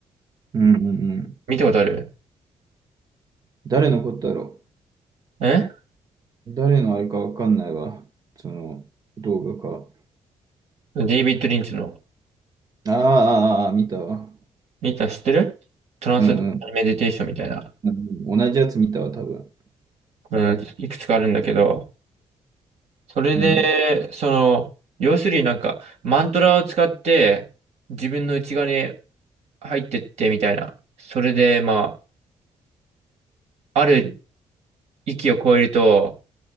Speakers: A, on the right; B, on the right.
A: うんうんうん。
B: 見たことある
A: 誰のことだろ
B: え
A: う誰のあれかわかんないわ。その動画か。
B: デイビッド・リンチの、
A: あーあー、あー見たわ。
B: 見た、知ってるトランスメディテーションみたいな、
A: うんうん。うん同じやつ見たわ、多分。
B: うん、いくつかあるんだけど、それで、
A: うん
B: その、要するになんか、マントラを使って、自分の内側に入ってってみたいな。それで、まあ、ある域を超えると、